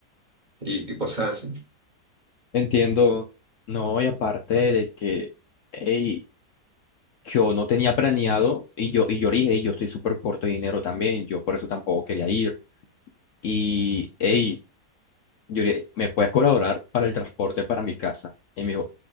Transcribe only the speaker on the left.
entiendo, no, y aparte de que... Ey, yo no tenía planeado y yo, y yo le dije, "Ey, yo estoy súper corto de dinero también, yo por eso tampoco quería ir. Y, hey, yo le dije, ¿me puedes colaborar para el transporte para mi casa? Y me dijo,